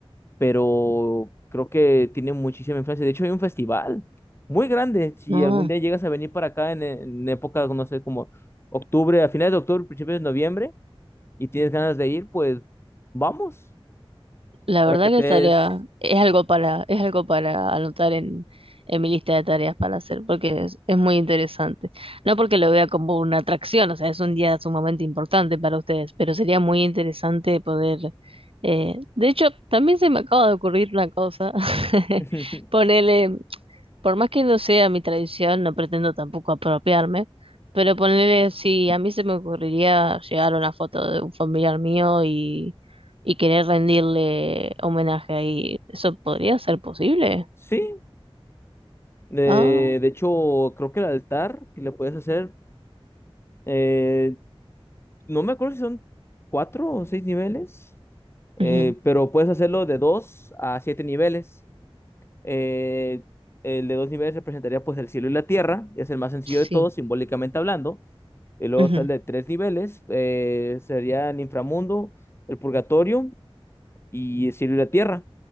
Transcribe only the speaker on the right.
No.
La
verdad
que
estaría,
es algo para, es algo para anotar en, en mi lista de tareas para hacer, porque es, es muy interesante. No porque lo vea como una atracción, o sea, es un día sumamente importante para ustedes, pero sería muy interesante poder, eh, de hecho, también se me acaba de ocurrir una cosa, <laughs>
ponerle por más que no sea mi tradición, no pretendo tampoco apropiarme, pero ponerle, si a mí se me ocurriría llegar a una foto de un familiar mío y, y querer rendirle homenaje ahí, ¿eso podría ser posible?
Ah,
ujú,
sí,
ujú,